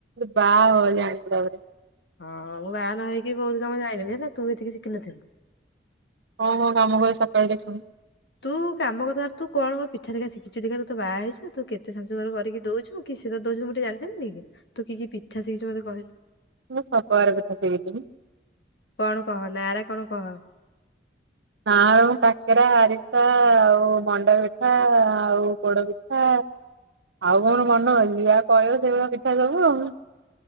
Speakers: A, on the right; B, on the left.
A: ବା ହ ଜାଣିଲି ତା ପରେ।
B: ହଁ ମୁଁ ବାହାାନ ହେଇକି ବହୁତ କାମ ଯାଇଲିଣି ହେଲା ତୁ ଏତିକି ଶିଖିନଥଥିଲୁ।
A: ହଁ ହଁ କାମ ହ ସକାଳଳେ ଟ ଶୁଣି।
B: ତୁ କାମ କଥା ତୁ କଣ କଣ ପିଠା ଦେଖା ଶିଖିଛୁ ଦେଖା ତୁ। ତ ବାହା ହେଇଛୁ ତୁ କେତେ ଶାଶୁ ଘର କରିକି ଦଉଛୁ କି ସେ ଦଉୁଁ ଟେ ଜାଣିଦେବୁି କି ତୁ କି ପିଠା ସିଖିଛୁ ମତେ କହିଲୁ।
A: ମୁଁ ସବ୍ ପ୍ରକାର ପିଠା ଶିଖିଥିଲି।
B: କଣ କହ ନାର କଣ କହ।
A: ହ ମୁ କାକେରା ଆରିସା ଆଉ ମଣ୍ଡା ପିଠା ଆଉ ପୋଡ ପିଠା ଆଉ କଣ ମନ ହଉଛି ଆଉ କହିବ ସେଇଭଳିଆ ପିଠା ସବୁ ଆଉ।